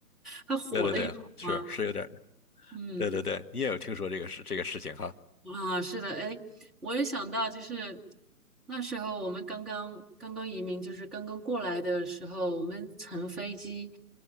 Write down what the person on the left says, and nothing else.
对对对，是是有点，
对对对，你也有听说这个事这个事情哈？